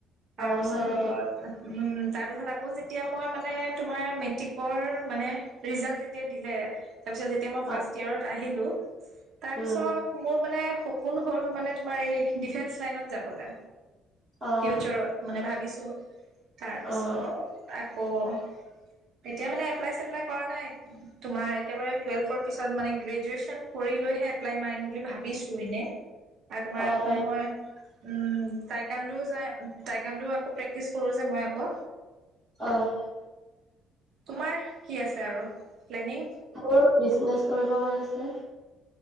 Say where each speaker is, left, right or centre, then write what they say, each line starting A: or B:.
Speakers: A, on the right; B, on the right.
A: তাৰপিছত,
B: আহ হৈ থাকে
A: উম তাৰ পিছত আকৌ যে তেতিয়া মই মানে তোমাৰ মেট্ৰিকৰ মানে ৰিজাল্ট যেতিয়া দিলে, তাৰপিছত যেতিয়া মই
B: আহ
A: ফাৰ্ষ্ট ইয়েৰত আহিলো, তাৰপিছত
B: উম
A: মোৰ মানে, সপোন হ'ল মানে তোমাৰ এই ডিফেন্স লাইনত যাবলে।
B: আহ
A: ফিউচাৰত মানে ভাবিছো। হয় <inaudible> তাৰপিছত
B: আহ
A: প' এতিয়া মানে এপ্লাইছেপ্লাই কৰা নাই। তোমাৰ একেবাৰে টুৱেলভৰ পিছত মানে গ্ৰেজুৱেচন কৰি লৈহে এপ্লাই মাৰিম বুলি ভাবিছো এনে। আৰু তোমাৰ
B: অ
A: আকৌ
B: পাৰি
A: মই উম টাইকান্দোও যাই টাইকাণ্দো আকৌ প্ৰেক্টিচ কৰো যে মই আকৌ।
B: আহ
A: তোমাৰ কি আছে আৰু প্লেনিং
B: মোৰ বিজনেচ কৰিব মন আছে।